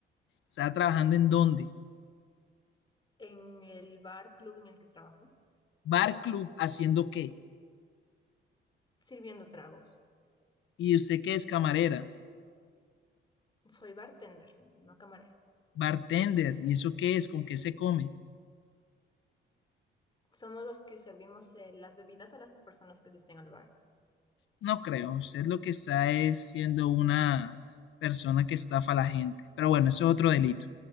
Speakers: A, on the left (about 75°); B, on the left (about 25°).
A: ¿Estaba trabajando en dónde?
B: en el bar club en el que trabajo,
A: Bar club, ¿haciendo qué?
B: sirviendo tragos.
A: ¿Y usted qué es camarera?
B: Soy bartender, señor, no camarero.
A: Bartender, ¿y eso qué es? ¿Con qué se come?
B: Somos los que servimos eh, las bebidas a las personas que asisten al bar.
A: No creo. Usted lo que está es siendo una persona que estafa a la gente. Pero bueno, eso es otro delito.